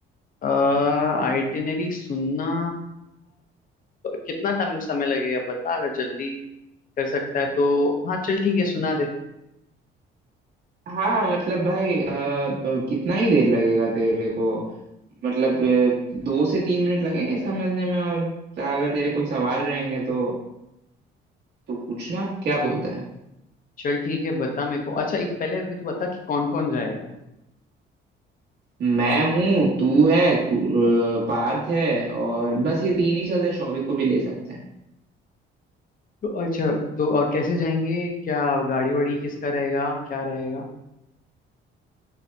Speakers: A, on the left (about 40°); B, on the right (about 55°).
A: आइटिनरी सुनना कितना टाइम समय लगेगा बता अगर जल्दी कर सकता है तो हाँ चल ठीक है सुना दे
B: हाँ मतलब भाई अ, ब- कितना ही देर लगेगा तेरे को मतलब अ, दो से तीन मिनट लगेंगे समझने में और अगर तेरे कुछ सवाल रहेंगे तो तू पूछना क्या बोलता है
A: चल ठीक है बता मेरे को अच्छा एक पहले ये तो बता कि कौन कौन जाएगा
B: मैं हूँ तू है कु- अ, पार्थ है और बस ये तीन ही चलते हैं शौविक को भी ले सकते हैं
A: तो अच्छा तो और कैसे जाएंगे क्या गाड़ी वाड़ी किसका रहेगा क्या रहेगा